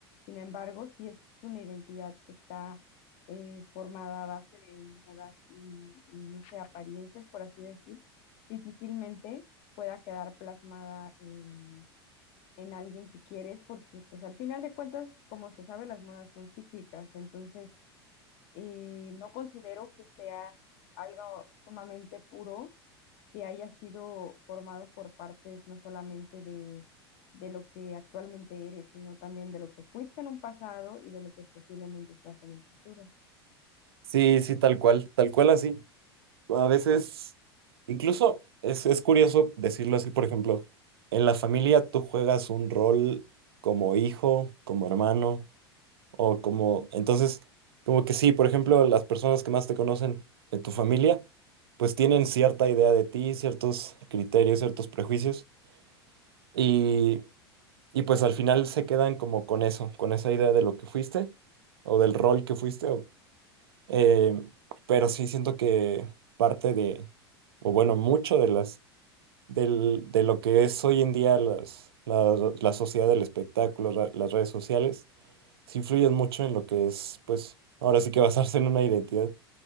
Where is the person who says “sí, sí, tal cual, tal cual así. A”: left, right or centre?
Right